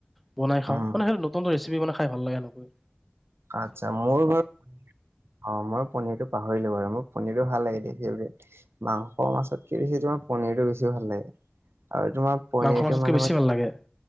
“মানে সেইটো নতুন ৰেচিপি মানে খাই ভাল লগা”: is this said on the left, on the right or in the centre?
Centre